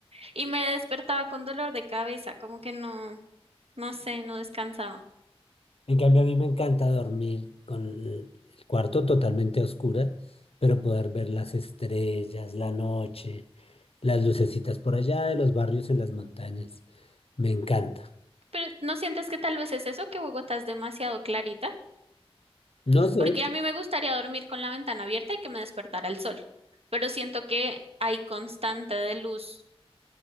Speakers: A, on the right; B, on the left.
A: Y me despertaba con dolor de cabeza, como que no, no sé, no descansaba.
B: En cambio, a mí me encanta dormir con el el cuarto totalmente a oscura, pero poder ver las estrellas, la noche, las lucecitas por allá de los barrios en las montañas. Me encanta.
A: Pero ¿no sientes que tal vez es eso, que Bogotá es demasiado clarita?
B: No sé,
A: Porque a mí me gustaría dormir con la ventana abierta y que me despertara el sol. Pero siento que hay constante de luz